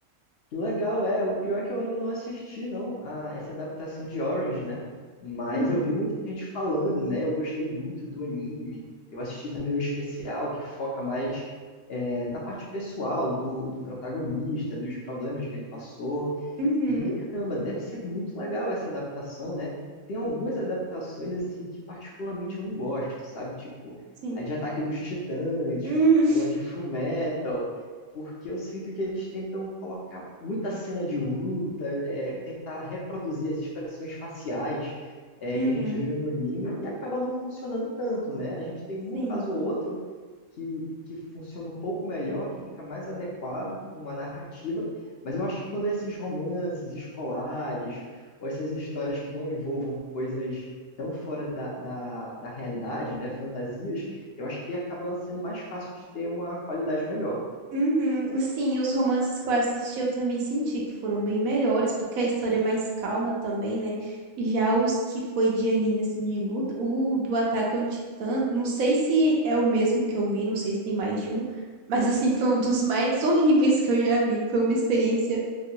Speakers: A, on the left; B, on the right.
A: Que legal, é. O pior é que eu ainda não assisti, não, a essa adaptação de Orange, né? Mas
B: Uhum,
A: eu vi muita gente falando, né? Eu gostei muito do anime. Eu assisti também o especial, que foca mais é, na parte pessoal do, do protagonista, dos problemas que ele passou.
B: uhum,
A: E caramba, deve ser muito legal essa adaptação, né? Tem algumas adaptações assim que particularmente eu não gosto, sabe? Tipo
B: sim.
A: a de Ataque dos Titãs
B: Hum,
A: ou a de Fullmetal, porque eu sinto que eles tentam colocar muita cena de luta, é, tentar reproduzir as expressões faciais é,
B: uhum,
A: que a gente viu no anime e acaba não funcionando tanto, né? A gente tem um
B: sim.
A: caso ou outro que, que funciona um pouco melhor, que fica mais adequado com uma narrativa mas eu acho que quando esses romances escolares, ou essas histórias que não envolvam coisas tão fora da, da, da realidade, né, fantasias, eu acho que acaba sendo mais fácil de ter uma qualidade melhor.
B: Uhum, sim, os romances que eu assisti eu também senti que foram bem melhores, porque a história é mais calma também, né? Já os que foi de anime, assim, de luta, o do Ataque a um Titã, não sei se é o mesmo que eu vi, não sei se tem mais de um, mas, assim, <laughs> foi um dos mais horríveis que eu já vi. Foi uma experiência